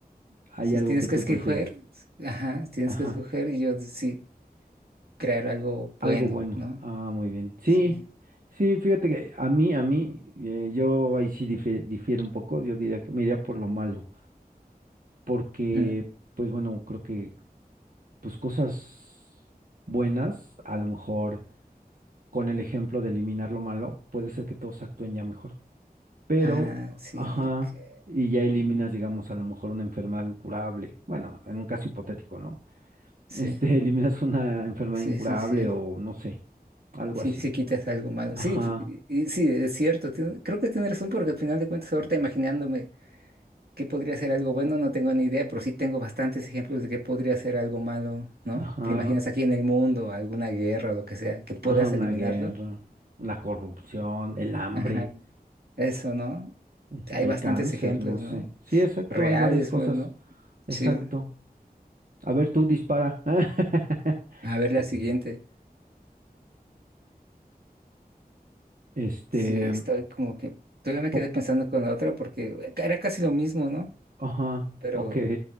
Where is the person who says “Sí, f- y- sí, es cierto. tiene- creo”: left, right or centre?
Right